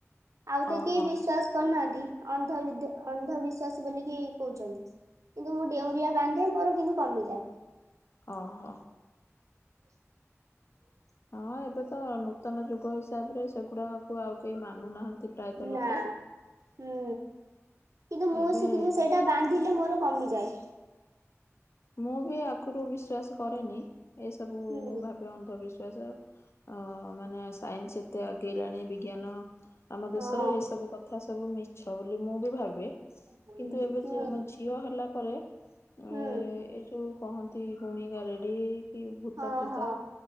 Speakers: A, on the right (about 80°); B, on the left (about 55°).
A: ଆଉ ତ
B: ଓହୋ
A: କେହି ବିଶ୍ଵାସ କରୁନାହାନ୍ତି। ଅନ୍ଧ ବିଦ୍ୟ ଅନ୍ଧବିଶ୍ୱାସ ବୋଲିକି କହୁଛନ୍ତି। କିନ୍ତୁ ମୁଁ ଡେଉଁରିଆ ବା ନ୍ଧେ ମୋର କିନ୍ତୁ କମିଯାଏ।
B: ଅ ହ।
A: ହ
B: ହଁ ଏବେ ତ ନୂତନ ଯୁଗ ହିସାବ ରେ ସେଗୁଡାକୁ ଆଉ କେହି ମାନୁନାହାନ୍ତି। ପ୍ରାୟତଃ
A: ନା
B: ଲୋକ।
A: ହୁଁ କିନ୍ତୁ ମୁଁ
B: ଏବେ
A: ସିକିନି ସେଇଟା ବାନ୍ଧିଲେ ମୋର କମିଯାଏ।
B: ମୁଁ ବି ଆଗରୁ ବିଶ୍ଵାସ କରେନି। ଏସବୁ
A: ହୁଁ
B: ମୁଁ ଭାବ୍ ଅନ୍ଧବିଶ୍ଵାସ, ଅ ମାନେ ସାଇନ୍ସ ଏତେ ଆଗେଇଲାଣି ବିଜ୍ଞାନ ଆମ ଦେଶରେ
A: ହଁ।
B: ଏଇ ସବୁ କଥା ସବୁ ମିଛ ବୋଲି ମୁଁ ବି ଭାବେ।
A: ହୁଁ
B: କିନ୍ତୁ ଏବେ ଯେ ମୋ ଝିଅ ହେଲା ପରେ ଏ
A: ହୁଁ
B: ଯୋଉ କହନ୍ତି ଗୁଣିକା ଗାରେଡ଼ି କି ଭୂତ
A: ହଁ
B: ପ୍ରେତ
A: ହଁ